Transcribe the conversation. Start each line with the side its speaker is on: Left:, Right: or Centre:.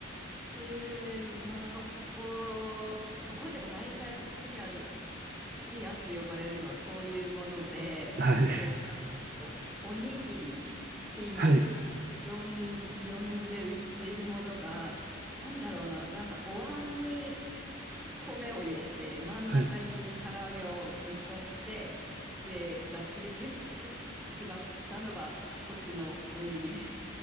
Centre: で、まあそこ、そこっていうか大体こっちにある寿司屋って呼ばれるのはそういうもので、
Right: はい。
Centre: で、なんかお、おにぎりっていう、
Right: はい。
Centre: 呼ん、呼んで売っているものが、なんだろうな、なんかお椀に米を入れて、真ん中に唐揚げをぶっ刺して、
Right: はい。
Centre: で、ラップでギュッて縛ったのがこっちのおにぎり